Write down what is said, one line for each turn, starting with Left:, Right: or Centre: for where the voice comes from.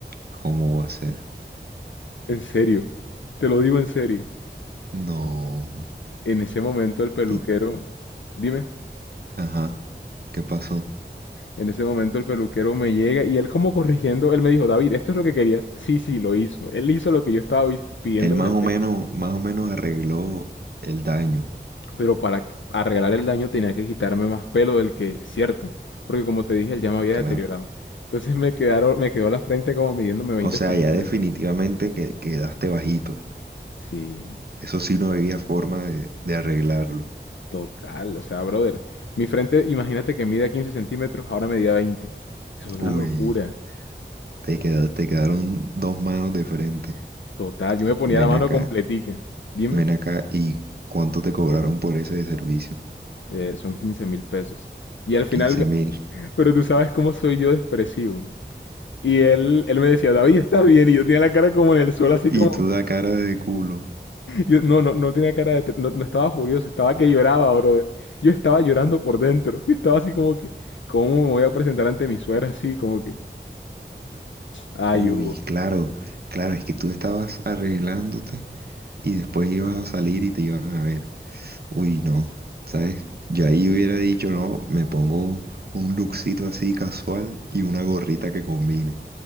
Right: ¿Cómo va a ser?
Left: En serio, te lo digo en serio.
Right: No.
Left: En ese momento el peluquero,
Right: Y,
Left: dime.
Right: ajá. ¿Qué pasó?
Left: En ese momento el peluquero me llega y él como corrigiendo, él me dijo, David, ¿esto es lo que querías? Sí, sí, lo hizo. Él hizo lo que yo estaba vis- pidiendo
Right: Él
Left: desde
Right: más
Left: el
Right: o
Left: principio.
Right: menos, más o menos arregló el daño,
Left: Pero para qu- arreglar el daño tenía que quitarme más pelo del que, cierto, porque como te dije, él ya me había
Right: claro.
Left: deteriorado. Entonces me quedaron, me quedó la frente como midiéndome veinte
Right: O sea,
Left: centímetros.
Right: ya definitivamente que quedaste bajito.
Left: Sí,
Right: Eso sí no había forma de, de arreglarlo.
Left: total. O sea, brother, mi frente, imagínate que mide 15 centímetros, ahora medía veinte Eso es
Right: Uy,
Left: una locura.
Right: te queda- te quedaron dos manos de frente.
Left: Total, yo me ponía
Right: Ven
Left: la mano
Right: acá,
Left: completica. Dime,
Right: ven acá. ¿Y cuánto te cobraron por ese de servicio?
Left: eh, son quince mil pesos. Y al final
Right: 15 mil.
Left: Pero tú sabes cómo soy yo de expresivo. Y él, él me decía, David, ¿estás bien? Y yo tenía la cara como en el suelo, así
Right: Y
Left: como...
Right: tú da cara de culo.
Left: Yo, no, no, no tenía cara de... tr- No, no estaba furioso, estaba que lloraba, brother. Yo estaba llorando por dentro. Yo estaba así como que... ¿Cómo me voy a presentar ante mi suegra? Así como que... Ay,
Right: Uy,
Left: Hugo,
Right: claro, claro, es que tú estabas arreglándote y después ibas a salir y te iban a ver. Uy, no, ¿sabes? Yo ahí hubiera dicho, no, me pongo un lookcito así casual y una gorrita que combine.